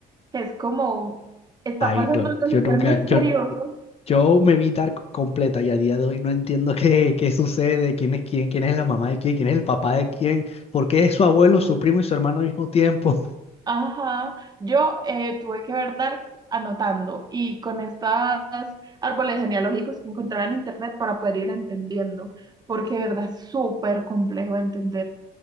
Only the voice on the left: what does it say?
Ay,
no,
yo
nunca,
yo, yo me vi Dark completa y a día de hoy no entiendo qué, qué sucede, quién es quién, quién es la mamá de quién, quién es el papá de quién, por qué es su abuelo, su primo y su hermano al mismo tiempo. <laughs>